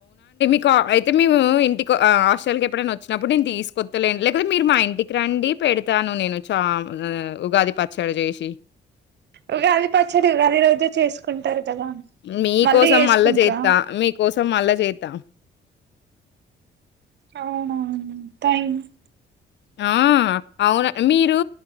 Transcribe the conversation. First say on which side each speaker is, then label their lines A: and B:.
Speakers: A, on the left; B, on the right.
A: యితే <inaudible> అయితే మేము ఇంటికి హాస్టల్ కి ఎప్పుడైనా వచ్చినప్పుడు నేను తీసుకొస్తలేండి లేకపోతే మీరు మా ఇంటికి రండి పెడతాను నేను చా ఉగాది పచ్చడి చేసి
B: ఉగాది పచ్చడి ఉగాది రోజే చేసుకుంటారు కదా
A: మీ
B: మళ్ళీ
A: కోసం
B: చేసుకుంటారా
A: మళ్ళా చేస్తా మీకోసం మళ్ళా చేస్తా
B: అవునా థాంక్
A: ఆ! అవును. మీరు